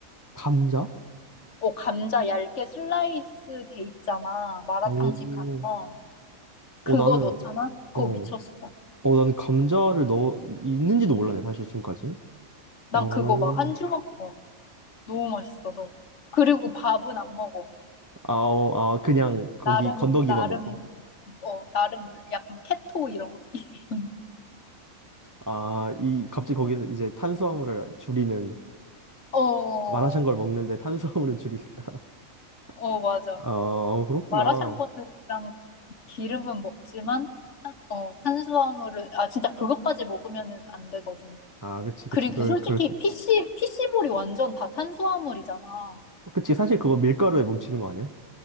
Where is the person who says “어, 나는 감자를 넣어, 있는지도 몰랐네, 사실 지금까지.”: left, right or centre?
Right